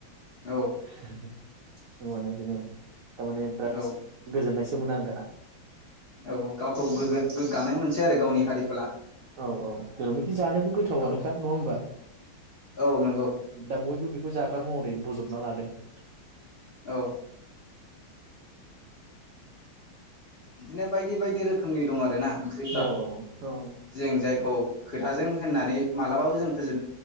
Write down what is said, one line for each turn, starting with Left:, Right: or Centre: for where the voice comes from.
Left: औ
Right: <unintelligible> औ माने बेनो थारमाने बिरादस
Left: औ
Right: गोजोननायसो मोनो आं दाना
Left: औ गावखौ गोगो गोग्गानाय मोन सै आरो गावनि हारि
Right: औ औ जेरावनोखि जानोबो गोथावानोखा
Left: औ
Right: नंंङा होमबा
Left: औ नंगौ
Right: दा बयबो बे खौ जाग्रा महरै बजबना लादों। <inaudible> <inaudible>
Left: औ बिदिनो बायदि बायदि रोखोमनि दं आ रोना ओंख्रिफ्रा
Right: औ औ औ
Left: जों जाय औ खोथाजों होननानै मालाबाबो जों फोजोब